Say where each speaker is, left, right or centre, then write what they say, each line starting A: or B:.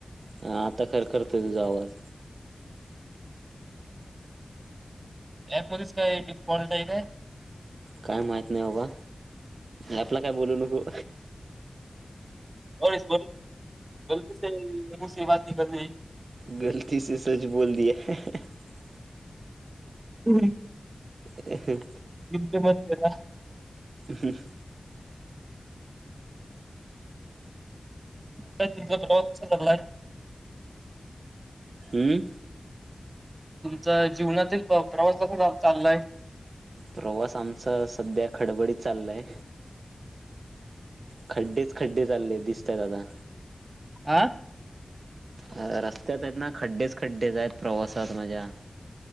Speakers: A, on the right; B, on the right.
A: हा आता खरखरतोय तुझा आवाज.
B: अँप्स मध्ये काय डीफॉल्ट हाय काय?
A: काय माहित नाही बाबा. अँपला काय बोलू नको.
B: <unintelligible>
A: <unintelligible>
B: होय.
A: हे हे.
B: जमते म्हतेला.
A: हम.
B: आता तिचा प्रवा चाललाय.
A: हम्म?
B: तुमचा जीवनातील प्रवास कसा चाललाय?
A: प्रवास आमचा सध्या खडबडीत चाललाय. खड्डेच खड्डे चालले दिसतायत आता.
B: आ?
A: अ रस्त्यात आहेत ना खड्डेच खड्डेच आहेत प्रवासात माज्या.